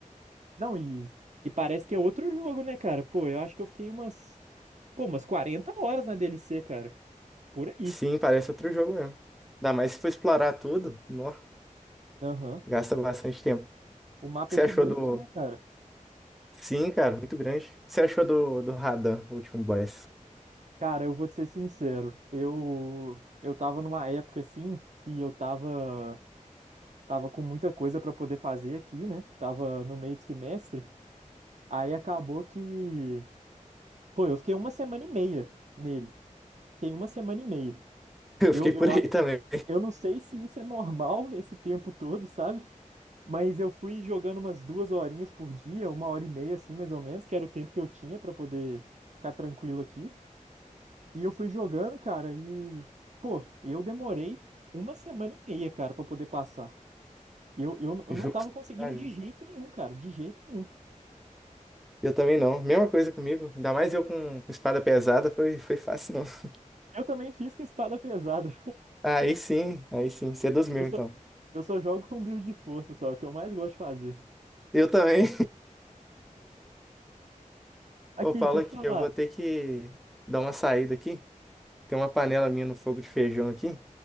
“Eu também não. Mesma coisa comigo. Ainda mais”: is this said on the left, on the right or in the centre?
Centre